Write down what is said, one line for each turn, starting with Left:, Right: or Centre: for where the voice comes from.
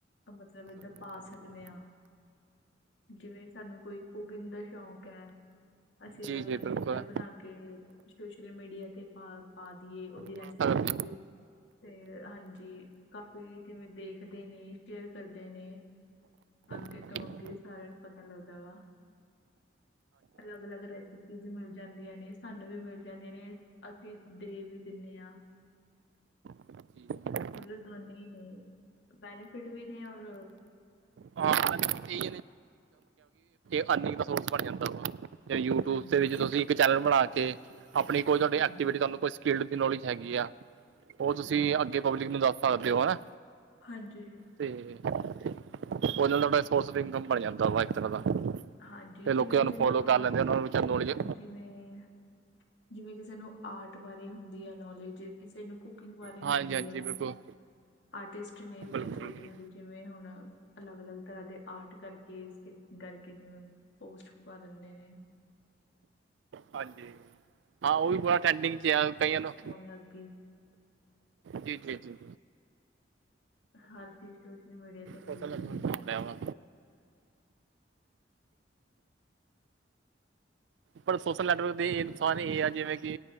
Left: ਮਤਲਬ ਏਦਾਂ
Right: ਆਫ
Left: ਪਾ ਸਕਦੇ
Right: ਇਨਕਮ ਹਾਂਜੀ
Left: ਹਾਂ ਜਿਵੇਂ ਸਾਨੂੰ ਕੋਈ ਕੁਕਿੰਗ ਦਾ ਸ਼ੌਂਕ ਹੈ ਅਸੀਂ
Right: ਜੀ
Left: ਅਲੱਗ
Right: ਜੀ
Left: ਅਲੱਗ
Right: ਬਿਲਕੁਲ
Left: ਬਣਾ ਕੇ ਸੋਸ਼ਲ ਮੀਡੀਆ ਤੇ ਪਾ ਦੀਏ ਉਹਦੀ ਰੈਸਪੀ
Right: ਪਾਸ ਸਕਦੇ ਹੋ।
Left: ਫਿਰ ਹਾਂਜੀ ਕਾਫੀ ਜਿਵੇਂ ਦੇਖਦੇ ਨੇ ਸ਼ੇਅਰ ਕਰਦੇ ਨੇ ਅੱਗੇ
Right: ਜੀ ਕਿ
Left: ਤੋਂ
Right: ਯੂ-
Left: ਅੱਗੇ ਸਾਰਿਆਂ ਨੂੰ ਪਤਾ ਲੱਗਦਾ ਵਾ ਅਲੱਗ ਅਲੱਗ ਰੈਸਿਪੀ ਚੀਜ਼ ਮਿਲ ਜਾਂਦੀਆਂ ਨੇ ਸਾਨੂੰ ਵੀ ਮਿਲ ਜਾਂਦੀਆਂ ਨੇ ਅਸੀਂ ਦੇ ਵੀ ਦਿੰਦੇ ਹਾਂ
Right: ਅੱਜ-
Left: ਮਤਲਬ ਦੋਨੇ ਹੀ ਨੇ ਬੈਨੀਫਿਟ ਵੀ ਨੇ ਔਰ
Right: ਹਾਂ ਹਾਂਜੀ ਤੁਸੀਂ ਅਰਨਿੰਗ ਦਾ ਸੋਰਸ ਬਣ ਜਾਂਦਾ ਵਾ ਜਿਵੇ ਯੂਟਿਊਬ
Left: ਹਾਂਜੀ
Right: ਦੇ ਵਿੱਚ ਤੁਸੀਂ ਚੈਨਲ ਬਣਾ ਕੇ ਆਪਣੀ ਕੋਈ ਤੁਹਾਡੀ
Left: ਹਾਂਜੀ
Right: ਐਕਟੀਵਿਟੀ ਤੁਹਾਨੂੰ ਕੋਈ ਸਕਿਡ ਦੀ ਨੌਲੇਜ ਹੈਗੀ ਆ ਉਹ ਤੁਸੀਂ
Left: ਹਾਂਜੀ
Right: ਅੱਗੇ ਪਬਲਿਕ ਨੂੰੈ ਦੱਸ ਸਕਦੇ ਹੋ ਹਨਾ
Left: ਹਾਂਜੀ
Right: ਤੇ ਉਹਦੇ ਨਾਲ ਤੁਾ ਸੋਰਸ ਇਨਕਮ ਬਣ ਜਾਂਦਾ ਵਾ ਇੱਕ ਤਰ੍ਹਾਂ ਦਾ
Left: ਹਾਂਜੀ
Right: ਤੇ
Left: ਜਿਵੇਂ
Right: ਲੋਕੀ
Left: ਕਿਸੇ
Right: ਸੂੰ ਫੋਲੋ
Left: ਨੂੰ ਆਰਟ
Right: ਕਰ ਲੈਂਦੇ ਆ ਉਹ ਨੂੰ ਚਦੋ ਜੇ
Left: ਜਿਵੇਂ ਜਿਵੇਂ ਕਿਸੇ ਨੂੰ ਆਰਟ ਬਾਰੇ ਹੁੰਦੀ ਹੈ ਨੌਲੇਜ ਕਿਸੇ ਨੂੰ ਕੁਕਿੰਗ ਬਾਰੇ
Right: ਹਾਂਜੀ
Left: ਹੁੰਦੀ
Right: ਹਾਂਜੀ
Left: ਹੈ
Right: ਬਿਲਕੁਲ
Left: ਆਰਟਿਸਟ ਨੇ ਬਹੁਤ
Right: ਬਿਲਕੁਲ
Left: ਵੱਡੇ
Right: ਜੀ।
Left: ਵੱਡੇ ਜਿਵੇਂ ਹੁਣ ਅਲੱਗ ਅਲੱਗ ਤਰ੍ਹਾਂ ਦੇ ਆਰਟ ਕਰਕੇ ਕਰ ਕੇ ਜਿਵੇਂ ਪੋਸਟ ਪਾ ਦਿੰਦੇ ਨੇ
Right: ਹਾਂਜੀ ਹਾਂ ਉਹ ਵੀ ਬਰਾ ਟੈਂਡਿੰਗ ਚ ਆ ਕਈਆਂ ਨੂੰ
Left: ਲੱਗਗੇ
Right: ਜੀ ਜੀ ਜੀ
Left: ਹਰ ਚੀਜ਼ ਸੋਸ਼ਲ ਮੀਡੀਆ ਤੇ ਮਿਲਦੀਆਂ
Right: ਸੋਸ਼ਲ ਨੈਟਵਰਕ
Left: ਹੁੰਦਾ
Right: ਹੋ ਰਿਹਾ ਵਾ ਪਰ ਸੋਸ਼ਲ ਨੈਟਵਰਕ ਦੇ ਇਹ ਨੁਕਸਾਨ ਇਹ ਆ ਜਿਵੇਂ ਕਿ